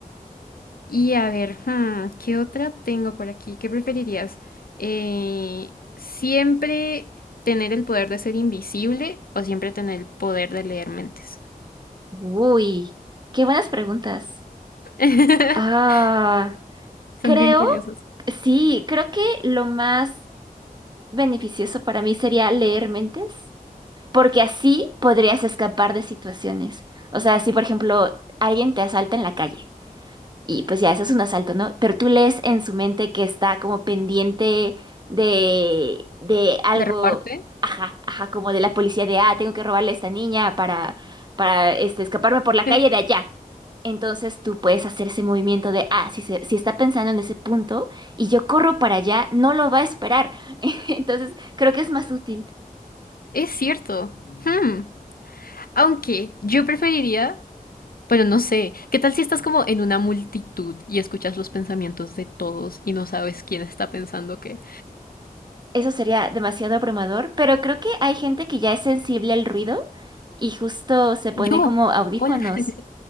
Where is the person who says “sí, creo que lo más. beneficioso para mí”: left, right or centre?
Right